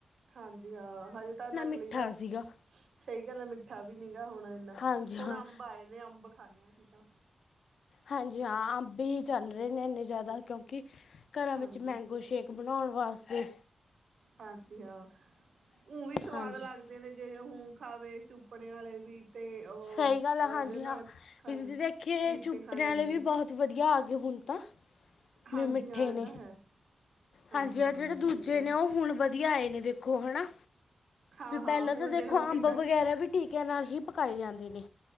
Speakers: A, on the right; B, on the left.
A: ਹਾਂਜੀ ਹਾਂ ਹਜੇ ਤਾਂ ਨਕਲੀ,
B: ਮਿੱਠਾ
A: ਜਾ
B: ਸੀਗਾ
A: ਸਹੀ ਗੱਲ ਹੈ ਮਿੱਠਾ ਵੀ ਨੀ ਗਾ ਹੁਣਾ ਇਹ।
B: ਹਾਂਜੀ
A: ਹੁਣ
B: ਹਾਂ
A: ਅੰਬ ਆਏ ਨੇ ਅੰਬ ਖਾਂਦੇ ਅਸੀਂ ਤਾਂ।
B: ਹਾਂਜੀ ਹਾਂ ਅੰਬ ਹੀ ਚੱਲ ਰਹੇ ਨੇ, ਇੰਨੇ ਜ਼ਿਆਦਾ ਕਿਉਂਕਿ ਘਰਾਂ
A: ਹਾਂਜੀ
B: ਵਿੱਚ ਮੈਂਗੋ ਸ਼ੇਕ। ਬਣਾਉਣ ਵਾਸਤੇ।
A: ਹਾਂਜੀ ਹਾਂ ਹਮ ਵੀ ਸਵਾਦ
B: ਹਾਂਜੀ
A: ਲੱਗਦਾ। ਦਿਨੇ ਜੇ ਹੁੰ ਖਾਵੇ ਚੁੱਪਣੇ ਵਾਲੇ ਵੀ। ਤੇ ਉਹ
B: ਸਹੀ ਗੱਲ ਆ
A: ਉਹਦੇ
B: ਹਾਂਜੀ
A: ਨਾਲ
B: ਹਾਂ
A: ਖਾਣੇ
B: ਵੀ ਤੁਸੀਂ ਦੇਖੀਏ
A: ਚੀਰ
B: ਚੁੱਪਣੇ
A: ਕੇ ਖਾਣੇ ਵਾਲੇ ਵੀ।
B: ਬਹੁਤ ਵਧੀਆ ਆ ਗਏ ਹੁਣ ਤਾਂ
A: ਹਾਂਜੀ
B: ਵੀ ਮਿੱਠੇ
A: ਹਾਂ
B: ਨੇ
A: ਇਹ ਤਾਂ ਹੈ ਹਾਂ
B: ਹਾਂਜੀ
A: ਹਾਂ
B: ਆ ਜਿਹੜੇ ਦੂਜੇ
A: ਸਹੀ ਗੱਲ
B: ਨੇ ਉਹ ਹੁਣ ਵੱਧੀਆ ਆਏ ਨੇ ਦੇਖੋ ਹਨਾ
A: ਹਾਂ ਹਾਂ
B: ਪਹਿਲਾਂ
A: ਹੁਣ
B: ਤਾਂ ਦੇਖੋ
A: ਦੇਖਲੋ ਕਿੱਡਾ
B: ਅੰਬ ਵਗੈਰਾ ਵੀ ਟੀਕਿਆਂ ਨਾਲ ਹੀ ਪਕਾਈ ਜਾਂਦੇ ਨੇ